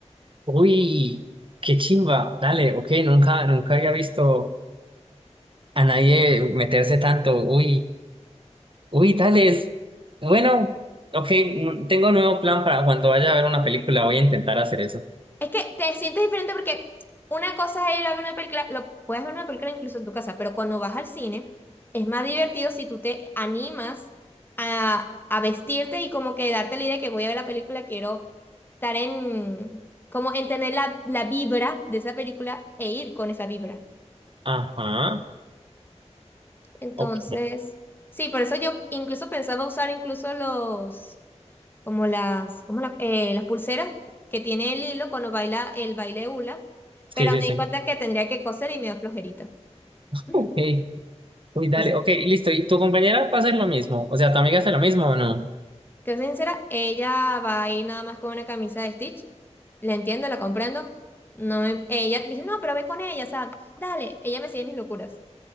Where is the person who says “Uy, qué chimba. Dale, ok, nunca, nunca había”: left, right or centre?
Right